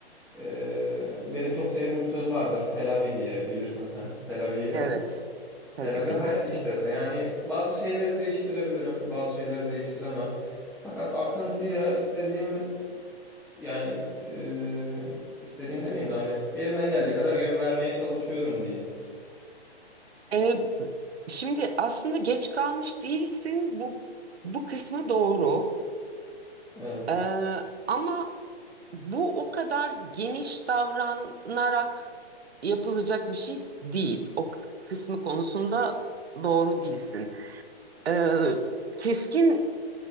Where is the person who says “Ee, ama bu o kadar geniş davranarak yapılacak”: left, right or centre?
Right